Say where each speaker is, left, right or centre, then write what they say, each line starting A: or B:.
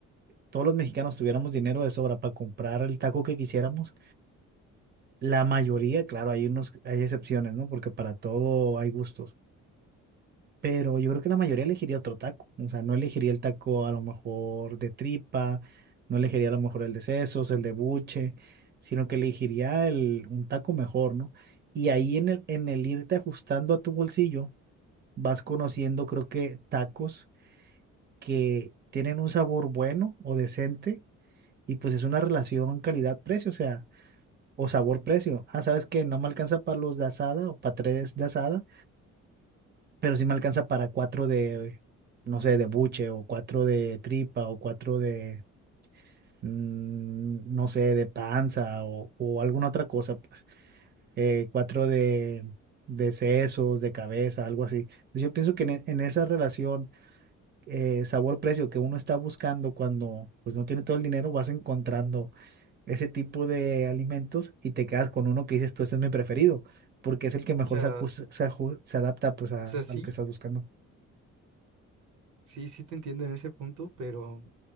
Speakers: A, on the right (about 35°); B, on the right (about 75°).
A: todos los mexicanos tuviéramos dinero de sobra para comprar el taco que quisiéramos, la mayoría, claro, hay unos, hay excepciones, ¿no? Porque para todo hay gustos. Pero yo creo que la mayoría elegiría otro taco. O sea, no elegiría el taco a lo mejor de tripa, no elegiría a lo mejor el de sesos, el de buche, sino que elegiría el, un taco mejor, ¿no? Y ahí en el, en el irte ajustando a tu bolsillo, vas conociendo, creo que, tacos que tienen un sabor bueno o decente y pues es una relación calidad-precio, o sea, o sabor-precio. Ah, sabes que no me alcanza para los de asada o para tres de asada, pero sí me alcanza para cuatro de, no sé, de buche o cuatro de tripa o cuatro de, mm, no sé, de panza o, o alguna otra cosa, pues eh, cuatro de, de sesos, de cabeza, algo así. Entonces, Yo pienso que en e- en esa relación eh, sabor-precio que uno está buscando cuando pues no tiene todo el dinero, vas encontrando ese tipo de alimentos y te quedas con uno que dices, tú, este es mi preferido, porque es el que mejor
B: sea,
A: se, acus-
B: s-
A: se aju- se adapta pues a,
B: o sea, sí,
A: a lo que estás buscando.
B: sí, sí te entiendo en ese punto, pero